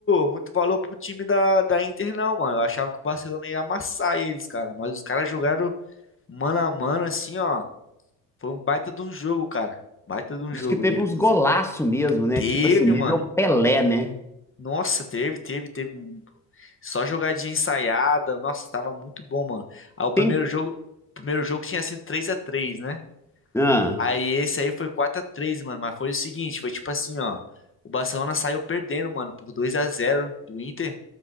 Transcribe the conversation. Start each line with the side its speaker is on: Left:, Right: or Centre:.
Left: muito valor pro time da, da Inter, não, mano. Eu achava que o Barcelona ia amassar eles, cara. Mas os caras jogaram mano a mano, assim, ó. Foi um baita de um jogo, cara. Baita de um
Centre: Diz
Left: jogo
Centre: que teve
Left: deles.
Centre: uns golaços mesmo, né?
Left: Teve,
Centre: Tipo assim, nível
Left: mano.
Centre: Pelé, né?
Left: Nossa, teve, teve, teve. um, Só jogadinha ensaiada. Nossa, tava muito bom, mano. Aí o primeiro
Centre: Tem.
Left: jogo, o primeiro jogo tinha sido três a três, né?
Centre: Ah,
Left: Aí esse aí foi quatro a três, mano. Mas foi o seguinte, foi tipo assim, ó. O Barcelona saiu perdendo, mano, por dois a zero do Inter.